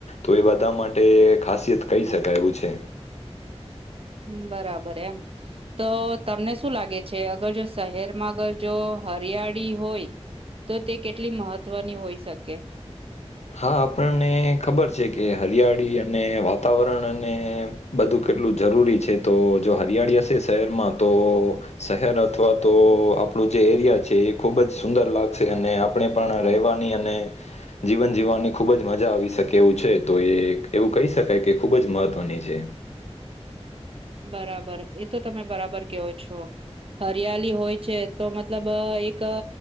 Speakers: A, on the left; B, on the right.
A: તો એ બધાં માટે ખાસિયત કહી શકાય એવું છે.
B: હમ્મ બરાબર એમ. તો તમને શું લાગે છે અગર જો શહેરમાં અગર જો હરિયાળી હોય તો તે કેટલી મહત્વની હોય શકે?
A: હાં આપણને ખબર છે કે હરિયાળી અને વાતાવરણ અને બધું કેટલું જરૂરી છે તો જો હરિયાળી હશે શહેરમાં તો શહેર અથવા તો આપડું જે એરિયા છે એ ખુબ જ સુંદર લાગશે અને આપ પણે પણ રહેવાની અને જીવન જીવવાની ખુબ જ મજા આવી શકે એવું છે. તો એ એવું કહી શકાય કે ખુબ જ મહત્વની છે.
B: બરાબર, એ તો તમે બરાબર કેવો છો. હરિયાલી હોય છે. તો મતલબ અ એક